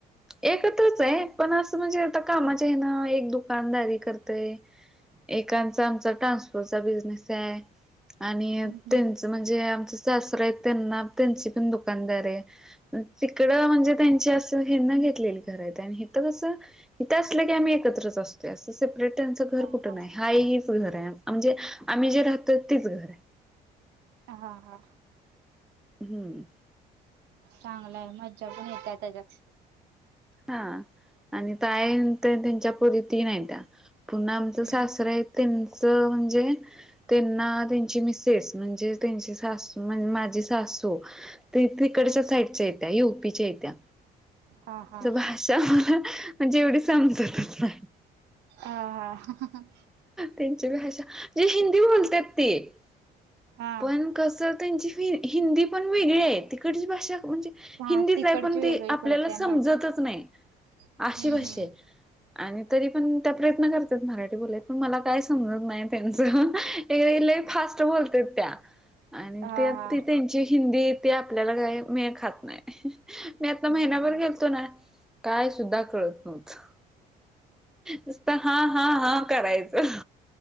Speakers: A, in the centre; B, on the right.
A: एकत्रच ये, पण असं, म्हणजे आता कामाचे हे ना, एक दुकानदारी करतय एकांचा आमचा ट्रान्सपोर्टचा, बिझनेस ये. आणि
B: हम्म हम्म
A: त्यांचं, म्हणजे आमच सासर येत, त्यांना त्यांची पण दुकानदार ये. तिकडं म्हणजे त्यांची अस तीन घेतलेली घर आहेत आणि इथ कस इथ असलं की आम्ही एकत्रच असतो. असं सेपरेट त्यांचं घर
B: हा
A: कुठं नाही. हाय हीच घर आहे म्हणजे आम्ही जे राहतोय तीच घर आहे.
B: हा हा.
A: हम्म.
B: चांगलंय मज्जा पण येत्या त्याच्यात
A: हा आणि ताई त त्यांच्या पुरी तीन आहेत्या. पुन्हा आमचं
B: हम्म
A: सासरं आहेत त्यांच म्हणजे त्यांना त्यांची मिस सेस म्हणजे त्यांची सासू मन माझी सासू. ते तिकडच्या साईडच्या हायत्या युपीच्या आहेत्या.
B: हा हा
A: भाषा मला म्हणजे एवढी समजतच नाही.
B: अ हा ह.
A: त्यांची भाषा जे हिंदी बोलत्यात ती.
B: हा
A: पण कस त्यांची फी हिंदी पण वेगळी आहे. तिकडची भाषा म्हणजे
B: हा
A: हिंदीच
B: तिकडची
A: आहे पण ते
B: वेगळी
A: आपल्याला
B: पडत्या
A: समजतच
B: नई
A: नाही.
B: हम्म
A: अशी भाषा
B: हम्म
A: आहेत. आणि तरी पण त्या प्रयत्न करतात. मराठी बोलायच पण मला काय समजत नाही. त्यांचं एकदा कणी लय फास्ट बोलत्यात त्या आणि
B: हा
A: तेन
B: हा
A: त्याचं हिंदी ते आपल्याला काही मेळ खात नाही. मी आता
B: हम्म
A: महिनायभर
B: हम्म
A: गेलतो ना. काय सुद्धा कळत नव्हतं. नुसतं हा हा हा करायचं.